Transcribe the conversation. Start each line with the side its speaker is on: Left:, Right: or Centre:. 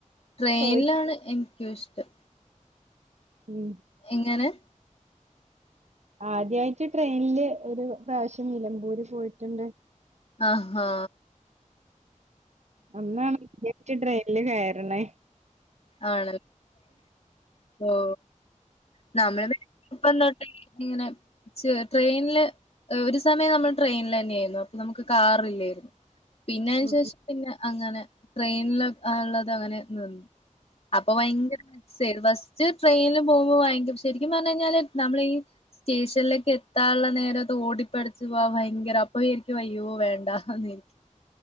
Left: ട്രെയിനിലാണ്
Right: പോയിട്ട്
Left: എ നിക്കിഷ്ടം
Right: ഉം
Left: എങ്ങനെ?
Right: ആദ്യമായിട്ട് ട്രെയിനില് ഒരു പ്രാവശ്യം നിലമ്പൂര് പോയിട്ടുണ്ട്
Left: ആഹ്
Right: അന്നാണ് <inaudible> ഡ്രെയിനില് കയ <unintelligible> ണേ
Left: ആണല്ലോ <unintelligible> ഇങ്ങനെ ട്രെയിനില് ഒരു സമയം നമ്മള് ട്രെയിനൽ തന്നെ ആയിരുന്നു അപ്പൊ നമക്ക് കാറില്ലായിരുന്നു പിന്നെ അതിനുശേഷം
Right: ഉം ഉം
Left: പിന്നെ അങ്ങനെ ട്രെയിനിൽ ആ ഉള്ളത് അങ്ങനെ നിന്നു അപ്പൊ ഭയങ്കര <inaudible> റ്റ് ട്രെയിനിൽ പോകുമ്പോ വാങ്കിക്കും പ ശെരിക്കും പറഞ്ഞ കഴിഞ്ഞാല് നമ്മളീ ഈ സ്റ്റേഷനിലേക്ക് എത്താനുള്ള നേരം ഓടിപ്പെടച്ചു പോവാ ഭയങ്കര അപ്പൊ വിചാരിക്കു അയ്യോ വേണ്ടാന്ന് വിചാരിക്കും